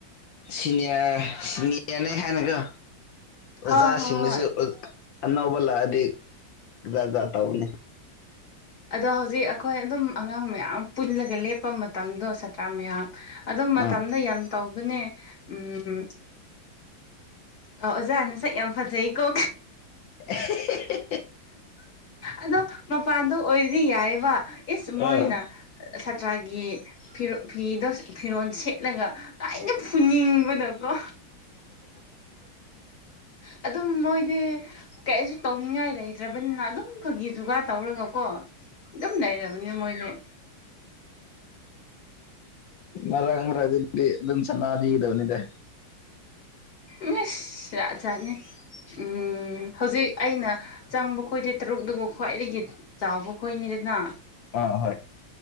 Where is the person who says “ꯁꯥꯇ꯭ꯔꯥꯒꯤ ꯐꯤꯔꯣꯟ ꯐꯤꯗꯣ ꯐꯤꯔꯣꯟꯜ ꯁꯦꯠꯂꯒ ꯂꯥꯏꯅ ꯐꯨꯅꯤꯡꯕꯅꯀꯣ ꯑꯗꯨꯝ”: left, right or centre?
Left